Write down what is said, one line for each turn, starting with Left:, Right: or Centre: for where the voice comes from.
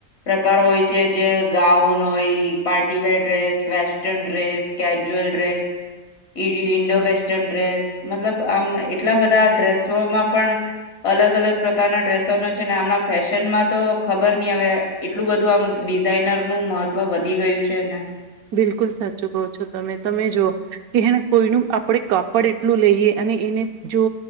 Left: પ્રકાર હોય છે જે ગાઉન હોય party wear dress western dress casual dress, Indo western dress મતલબ આમ એટલા બધા ડ્રેસોમાં પણ અલગ અલગ પ્રકારના ડ્રેસો ન છે ને હમણાં ફેશનમાં તો ખબર નહી હવે, એટલું બધું આમ ડિઝાાઈનર નું મહત્વ વધી ગયું છે ને.
Right: બિલકુલ સાચું કહો છો તમે તમે જો કે હેને કોઈનું આપણે કાપડ એટલું લઈએ અને એને જો